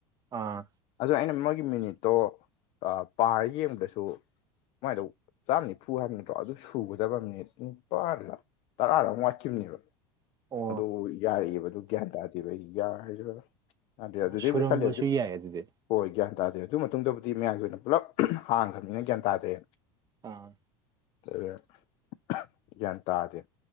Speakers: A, on the right; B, on the left.
A: ꯑꯥ
B: ꯑꯗꯨꯅ ꯑꯩꯅ ꯃꯣꯏꯒꯤ ꯃꯤꯅꯤꯠꯇꯣ ꯄꯥꯔ ꯌꯦꯡꯕꯗꯁꯨ ꯃꯣꯏꯗꯨ ꯆꯥꯝꯃ ꯅꯤꯐꯨ ꯍꯥꯏꯕ ꯅꯠꯇ꯭ꯔꯣ ꯑꯗꯨ ꯁꯨꯒꯗꯕ ꯃꯤꯅꯤꯠ ꯅꯤꯄꯥꯜ ꯂ ꯇꯔꯥ ꯂ ꯋꯥꯠꯈꯤꯕꯅꯦꯕ
A: ꯑꯣ
B: ꯑꯗꯨ ꯌꯥꯔꯛꯏꯕꯗꯨ ꯒ꯭ꯌꯥꯟ ꯇꯥꯗꯦꯕ ꯑꯩ ꯌꯥ ꯍꯥꯏꯁꯤ <unintelligible>
A: ꯑꯣ ꯁꯨꯔꯝꯕꯁꯨ ꯌꯥꯏ ꯑꯗꯨꯗꯤ
B: ꯍꯣꯏ ꯒ꯭ꯌꯥꯟ ꯇꯥꯗ꯭ꯔꯦ ꯑꯗꯨ ꯃꯇꯨꯡꯗꯕꯨꯗꯤ ꯃꯌꯥꯝꯒꯤ ꯑꯣꯏꯅ ꯄꯨꯂꯞ ꯍꯥꯡꯈ꯭ꯔꯕꯅꯤꯅ ꯒ꯭ꯌꯥꯟ ꯇꯥꯗ꯭ꯔꯦ
A: ꯑꯥ
B: <unintelligible> <unintelligible> ꯒ꯭ꯌꯥꯟ ꯇꯥꯗꯦ